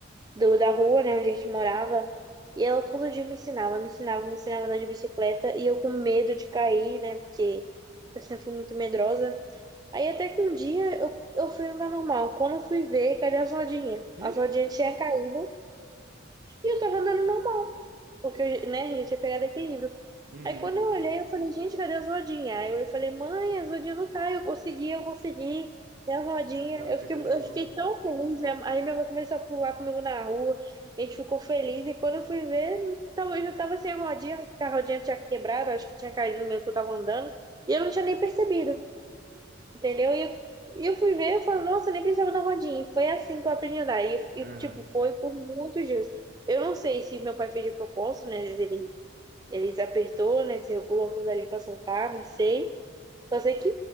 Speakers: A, on the right; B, on the right.
A: do, da rua, né, onde a gente morava. E ela todo dia me ensinava, me ensinava, me ensinava a andar de bicicleta. E eu com medo de cair, né, porque eu sempre fui muito medrosa. Aí até que um dia eu, eu fui andar normal. Quando eu fui ver, cadê as rodinhas? As
B: Ixi!
A: rodinhas tinham caído e eu tava andando normal. Porque, né, já tinha pegado equilíbrio.
B: Uhum.
A: Aí quando eu olhei, eu falei, gente, cadê as rodinhas? Aí eu falei, mãe, as rodinhas não tá. Eu consegui, eu consegui. E as rodinhas,
B: Caraca,
A: eu fiquei,
B: que
A: eu
B: legal.
A: fiquei tão feliz. minha- Aí minha mãe começou a pular comigo na rua. A gente ficou feliz. E quando eu fui ver, tava, eu já tava sem a rodinha. que A rodinha tinha quebrado, acho que tinha caído no meio que eu tava andando. E eu não tinha nem percebido. Entendeu? E e eu fui ver, eu falo, nossa, eu nem precisava da rodinha. E Foi assim que eu aprendi a andar. E, e,
B: Uhum.
A: tipo, foi por muitos dias. Eu não sei se meu pai fez de propósito, né? Ele, ele desapertou, né? Desregulou aquilo ali pra soltar, não sei. Só sei que,